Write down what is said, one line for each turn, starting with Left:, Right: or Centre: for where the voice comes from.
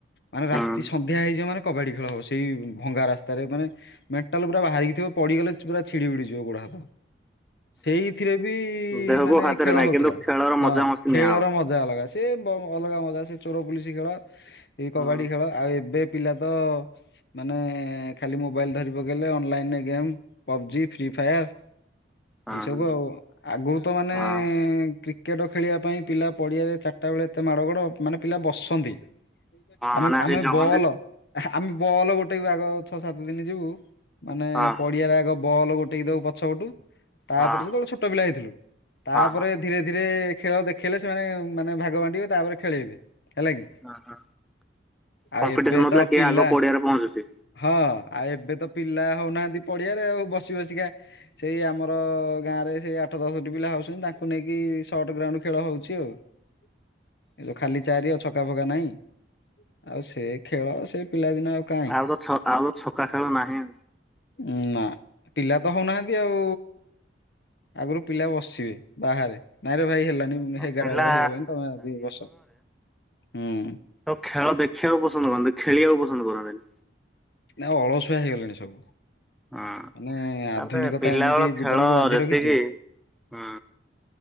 Left: ମାନେ
Centre: ହୁଁ
Left: ରାତି ସନ୍ଧ୍ୟା ହେଇଯିବ ମାନେ କବାଡି ଖେଳ ହବ ସେଇ ଭଙ୍ଗା ରାସ୍ତାରେ ମାନେ ମେଣ୍ଟାଲ ପୁର ବାହାରିକିଥିବ ପଡିଗଲେ ପୁର ଛିଡିଯିବ ଗୋଡ ହାତ। ସେଇଥିରେ ବି
Centre: ଦେହକୁ
Left: ମାନେ
Centre: ହାତରେ
Left: ଖେଳ
Centre: ନାହିଁ
Left: ହଉଥିଲା
Centre: କିନ୍ତୁ ଖେଳର
Left: ହଁ
Centre: ମଜା ମସ୍ତି
Left: ଖେଳର
Centre: ନିଆହବ।
Left: ମ ମଜା ଅଲଗା ସେ ଅଲଗା ମଜା ସେ ଚୋର ପୁଲିସ ଖେଳ ଏଇ
Centre: ହଁ
Left: କବାଡି ଖେଳ ଆଉ ଏବେ ପିଲାତ ଅ ମାନେ ଏ ଖାଲି ମୋବାଇଲ ଧରିପକେଇଲେ ଅନଲାଇନରେ ଗେମ୍ ପବଜି ଫ୍ରି ଫାୟାର୍ ଏଇ
Centre: ହଁ
Left: ସବୁ ଆଉ ଆଗରୁ ତ ମାନେ
Centre: ହଁ
Left: କ୍ରିକେଟ ଖେଳିବା ପାଇଁ ପିଲା ପଡିଆରେ ଚାରିଟା ବେଳେ ଏତେ ମାଡ ଗଡ ମାନେ ପିଲା ବସନ୍ତି ଆମେ
Centre: ମାନେ ଆସି
Left: ଆମେ
Centre: ଜଗନ୍ତି
Left: ବଲ ଆମେ ବଲ ଗୋଟେଇବୁ ଆଗ ଛଅ ସାତ ଦିନ ଯିବୁ ମାନେ
Centre: ହଁ
Left: ପଡିଆରେ ଆଗ ବଲ୍ ଗୋଟେକି ଦବୁ ପଛ ପଟୁ ତାପରେ
Centre: ହଁ
Left: ସେତେବେଳେ ଛୋଟ ପିଲା ହେଇଥିଲୁ ତାପରେ
Centre: ହଁ
Left: ଧୀରେ ଧୀରେ ଖେଳ ଦେଖେଇଲେ ସେମାନେ ମାନେ ଭାଗ ବାଣ୍ଟିବେ ତାପରେ ଖେଲେଇବେ। ହେଲା କି
Centre: ହଁ। କମ୍ପିଟିସନ
Left: ଆଉ ଏବେ
Centre: ହଉଥିଲା
Left: ତ
Centre: କିଏ
Left: ପିଲା
Centre: ଆଗ ପଡିଆରେ ପହଞ୍ଚୁଛି।
Left: ହଁ ଆଉ ଏବେ ତ ପିଲା ହଉନାହାନ୍ତି ପଡିଆରେ ଆଉ ବସି ବସିକା ସେଇ ଆମର ଗାଁ ରେ ସେଇ ଆଠ ଦଶ ହଉଛନ୍ତି ତାଙ୍କୁ ନେଇକି ସଟ ଗ୍ରାଉଣ୍ଡ ଖେଳ ହଉଛି ଆଉ ଖା ଚାରି ଛକା ଫକା ନାଇଁ ଆଉ ସେ ଖେଳ ସେ ପିଲାଦିନ ଆଉ କାହିଁ
Centre: ଆଉ ତ ଛ ଆଉ ତ ଛକା ଖେଳ ନାହିଁ
Left: ଉ ନା ପିଲା ତ ହଉନାହାନ୍ତି ଆଉ ଆଗରୁ ପିଲା ବସିବେ ବାହାରେ ନାଇଁରେ ଭାଇ ହେଲା ଏଗାର
Centre: ପିଲା
Left: ଏଗାର ହେଇଗଲାଣି ତମେ ଦି ବର୍ଷ ହୁଁ
Centre: ଆଉ ଖେଳ ଦେଖିବାକୁ ପସନ୍ଦ କରନ୍ତି ଖେଳିବାକୁ ପସନ୍ଦ କରନ୍ତିନି
Left: ନା ଆଉ ଅଳସୁଆ ହେଇଗଲାଣି ସବୁ
Centre: ହୁଁ
Left: ମାନେ
Centre: ତାପରେ
Left: ଆଧୁନିକତା
Centre: ପିଲାବେଳ
Left: ଏମିତି ଜୀବନକୁ
Centre: ଖେଳ
Left: ବାନ୍ଧି
Centre: ଯେତିକି
Left: ରଖିଛି
Centre: ହୁଁ